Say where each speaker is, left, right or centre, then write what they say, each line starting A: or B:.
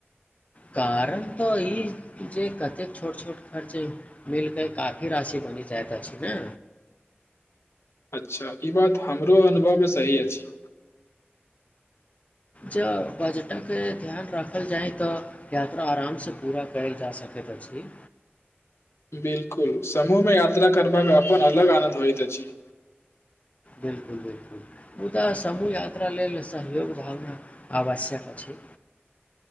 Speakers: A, on the left; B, on the left.
A: कारण त ई जे कतेक छोट छोट खर्च मिलि क' काफी राशि बनि जाइत अछि ने
B: अच्छा ई बात हमरो अनुभवमे सही अछि
A: ज बजटक ध्यान राखल जाय त यात्रा आरामसँ पूरा कएल जा सकैत अछि
B: बिलकुल समूहमे यात्रा करबाक अपन अलग आनन्द होइत अछि
A: बिलकुल बिलकुल मुदा समूह यात्रा लेल सहयोग भावना आवश्यक अछि